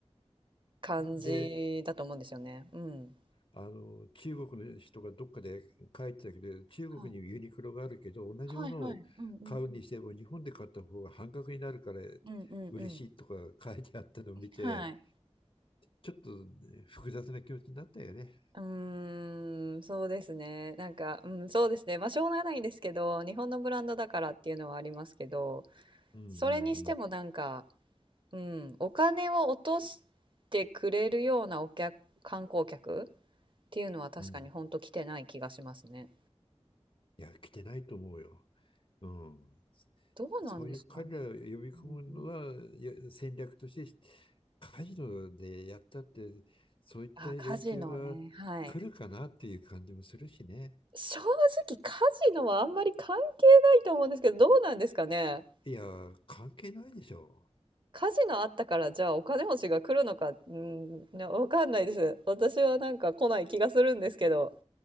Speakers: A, on the right (about 45°); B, on the left (about 50°).
A: 感じだと思うんですよね。
B: で、
A: うん。
B: あの、中国の人がどっかで書いてたけど、中国にユニクロがあるけど、
A: はい。
B: 同じものを買うにしても日本で買った方が半額になるから
A: はいはい。うんうんうん。うんうんうん。
B: 嬉しいとか書いてあったのを見て、
A: はい。
B: ちょっとね複雑な気持ちになったよね。
A: うーん、そうですね。なんか、うん、そうですね。まあ、しょうがないんですけど、日本のブランドだからっていうのはありますけど、
B: うんうんうん。
A: それにしてもなんか、うん、お金を落としてくれるようなお客、観光客っていうのは確かに本当来てない気がしますね。
B: うんうん。いや、来てないと思うよ。うん。
A: どうなんですかね。
B: そういう彼らを呼び込むのはや戦略として
A: うんうん。
B: カジノでやったってそういった連中が来るかなっていう感じもするしね。
A: あ、カジノね。はい。正直カジノはあんまり関係ないと思うんですけど、どうなんですかね。
B: いや、関係ないでしょ
A: 火事があったから、じゃあお金持ちが来るのか、うん、なわかんないです。私はなんか来ない気がするんですけど。